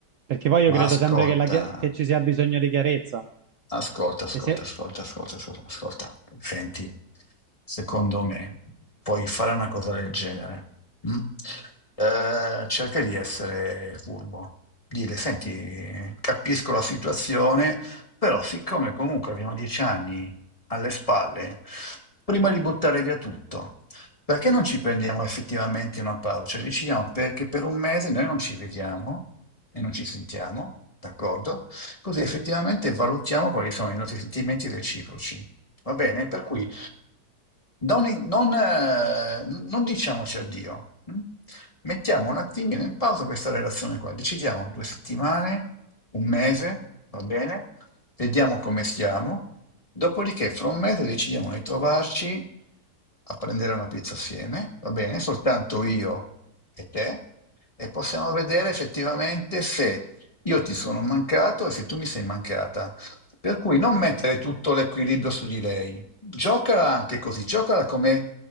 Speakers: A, on the right; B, on the left.
A: Perché poi io
B: Ma
A: credo
B: ascolta,
A: sempre che, la chia- che ci sia bisogno di chiarezza.
B: Ascolta, ascolta,
A: E se
B: ascolta, ascolta, ascolta, ascolta. Senti, secondo me puoi fare una cosa del genere. mm? Eh, cerca di essere furbo. Dile, senti, capisco la situazione, però siccome comunque abbiamo dieci anni alle spalle, prima di buttare via tutto, perché non ci prendiamo effettivamente una pausa? Cioè, decidiamo perché per un mese noi non ci vediamo e non ci sentiamo, d'accordo? così effettivamente valutiamo quali sono i nostri sentimenti reciproci. Va bene? Per cui non, non, eh, non diciamoci addio. mm? Mettiamo un attimino in pausa questa relazione qua. Decidiamo due settimane, un mese, va bene? Vediamo come stiamo. Dopodiché, fra un mese decidiamo di trovarci a prendere una pizza assieme, va bene? Soltanto io e te, e possiamo vedere effettivamente se io ti sono mancato e se tu mi sei mancata. Per cui non mettere tutto l'equilibrio su di lei. Giocala anche così, giocala come...